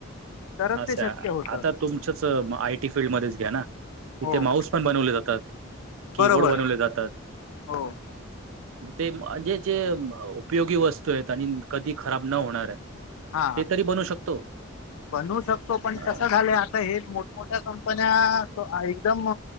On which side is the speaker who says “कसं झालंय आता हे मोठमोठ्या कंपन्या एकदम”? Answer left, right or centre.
Left